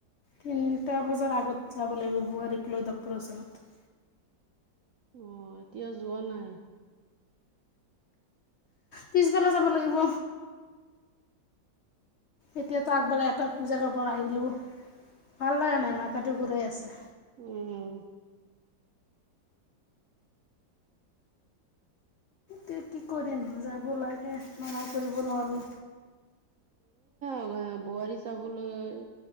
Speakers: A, on the left; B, on the right.
A: তিনটা বজাৰ আগত যাব লাগিব বোৱাৰাৰীক লৈ ডক্টৰৰ ওচৰত।
B: অ' এতিয়া যোৱা নাই?
A: পিছবেলা যাব লাগিব। এতিয়াতো আগবলে এটা জেগাৰ পৰা আহিলো, ভাল লগা নাই মাত তাটো ঘূৰাই আছে।
B: উম,
A: তে কি কৰিম যাব লাগে মানহ কৰিব নোৱাৰো।
B: অ' বোৱাৰী চাবলৈ